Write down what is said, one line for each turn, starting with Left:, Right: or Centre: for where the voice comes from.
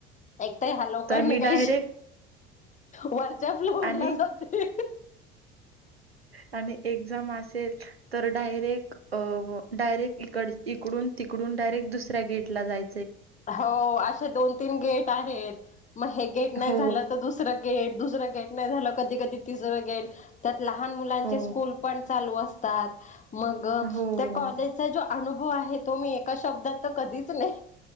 Left: एक तर ह्या लोकांनी
Right: मी
Left: काही
Right: डायरेक्ट
Left: वरच्या फ्लोरला
Right: आणि
Left: जाते.
Right: आणि एक्झाम असेल तर डायरेक्ट डायरेक्ट इकड इकडून तिकडून डायरेक्ट दुसऱ्या गेटला जाय
Left: हो असे दोन तीन गेट आहे. मग हे गेट नाही
Right: हो,
Left: झालं तर दुसरं गेट दुसरं गेट नाही झालं कधी कधी तिसरं गेट त्यात लहान मुलांचे
Right: हो,
Left: स्कूल पण चालू असतात मग
Right: हो.
Left: त्या कॉलेजचा ज अनुभव आहे तो मी एका शब्दात तर कधीच नाही